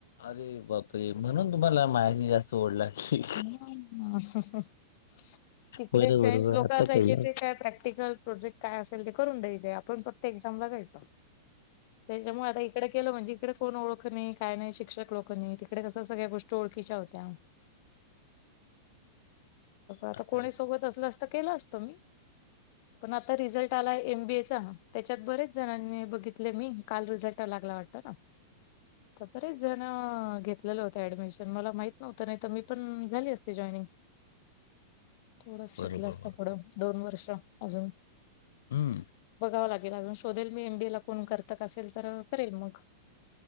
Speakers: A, on the left; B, on the left.
A: अरे बापरे म्हणून तुम्हाला माहेरची जास्त ओढ लागली.
B: <unintelligible> तिकडे
A: बरं
B: फ्रेंड्स
A: बरोबर
B: लोक
A: बर आता
B: असायचे,
A: कळलं.
B: ते काय प्रॅक्टिकल प्रोजेक्ट काय असेल ते करून द्यायचे, आपण फक्त पण एक्झामला जायच, त्याच्यामुळे आता इकडे केलं म्हणजे इकडे फोन ओळख नाही काय नाही शिक्षक लोकं नाही, तिकडे कसं सगळ्या गोष्टी ओळखच्या होत्या. आता
A: असा
B: कोणी
A: विषय
B: सोबत असलं अस तर केलं असत मी. पण आता रिझल्ट आला एम बीए चा त्याच्यात बरेच जणांनी बघितले मी काल रिझल्ट लागला वाटतं ना. तर बरेच जणअ -घेतलेलं होत ऍडमिशन मला माहित नव्हतं नाहीत तर मी पण झाली असते जॉईनिंग, तेवडच
A: बरोबर
B: शिकलं असत
A: बरोबर
B: पुढं. दोन वर्ष अजून
A: हम्म
B: बघाव लागेल अजून. शोधेल मी एम बी ए ला कोण करत असेल तर करेल मग?